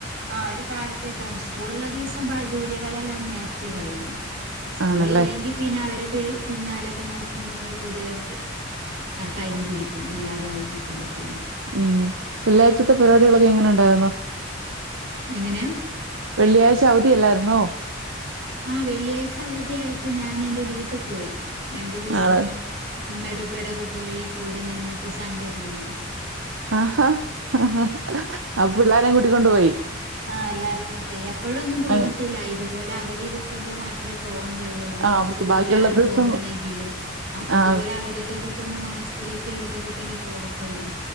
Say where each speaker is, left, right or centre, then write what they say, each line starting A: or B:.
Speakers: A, on the right; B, on the right.
A: ആ അവര് കാലത്തെ പോകും സ്കൂളൾ ഉള്ള ദിവസം ജോലികളെല്ലാം നേരത്തെ കഴിയും സ്കൂളൾ
B: ആണല്ലേ
A: ഇല്ലെങ്കിൽ പിന്നെ അവരെ പി പിന്നാലൊക്കെ നടക്കുന്നതോട് പൊതുവെ ടൈമ് പിടിക്കും എല്ലാതും ആയി കിട്ടുമ്പോഴത്തേന്
B: ഉം വെള്ളിയാഴ്ചത്തെ പരിപാടികളൊക്കെ എങ്ങനെ ഉണ്ടായിരുന്നോ
A: എങ്ങനെ
B: വെള്ളിയാഴ്ച അവധിയല്ലായിരുന്നോ
A: ആ വെള്ളിയാഴ്ച അവധിയായപ്പോ ഞാൻ എൻറെ വീട്ടു പോയി രണ്ടു ദിവസം
B: ആണ്
A: ഉം ഉമ്മടെ ഉപ്പേടൊക്കെ പോയി കൂടെ നിന്നിട്ട് സൺഡേ പോന്ന്
B: ആ അഹ് പിള്ളാരും കൂട്ടിക്കൊണ്ടു പോയി
A: ആഹ് എല്ലാരുംങ്ങൂട്ടെ എപ്പോഴൊന്നും പോവത്തില്ല
B: അങ്ങ-
A: ഇതുപോലെ അവധി കിട്ടുമ്പോ മാത്രേ പോവാൻ കഴിയുള്ളൂ
B: ആ
A: കുറച്ച്
B: അവർക്ക്
A: ദൂരാണ്
B: ബാക്കിയുള്ള ദിവസം
A: പോവണമെങ്കിൽ അപ്പം ഇതുപോലെ
B: ആ
A: അവധിയൊക്കെ കിട്ടുമ്പോ മാസ ത്തിലേക്ക് ഒരിക്കൊക്കെ തന്നെ പോകത്തുള്ളൂ